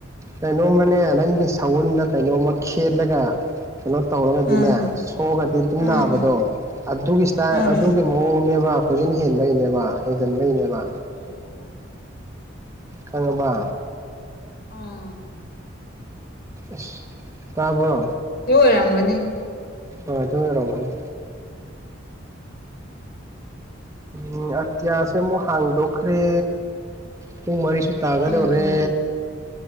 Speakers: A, on the right; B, on the left.
A: ꯀꯩꯅꯣꯝꯃꯅꯦ ꯅꯪꯒꯤ ꯁꯧꯎꯟꯗ ꯀꯩꯅꯣꯝꯃ ꯈꯦꯠꯂꯒ ꯀꯩꯅꯣ ꯇꯧꯔꯒꯗꯤꯅꯦ
B: ꯎꯝ
A: ꯁꯣꯛꯑꯗꯤ ꯑꯗꯨꯝ
B: ꯎꯝ
A: ꯅꯥꯕꯗꯣ ꯑꯗꯨꯒꯤ ꯁꯇꯥꯏꯜ
B: ꯎꯝ
A: ꯑꯗꯨꯒꯤ ꯃꯑꯣꯡꯅꯦꯕ ꯈꯨꯖꯤꯟ ꯍꯦꯟꯕꯩꯅꯦꯕ ꯍꯦꯟꯖꯤꯟꯕꯩꯅꯦꯕ
B: ꯑꯣ
A: ꯈꯪꯉꯕ
B: ꯎꯝ
A: ꯑꯁ ꯇꯥꯕ꯭ꯔꯣ
B: ꯗꯨ ꯑꯣꯏꯔꯝꯒꯅꯤ
A: ꯑ ꯑꯗꯨꯔꯥꯎꯃꯅꯤ ꯎꯝ ꯑꯇꯤꯌꯥꯁꯦ ꯑꯃꯨꯛ ꯍꯥꯡꯗꯣꯛꯈ꯭ꯔꯦ ꯄꯨꯡ ꯃꯔꯤ ꯁ ꯇꯥꯒꯗꯧꯔꯦ
B: ꯎꯝ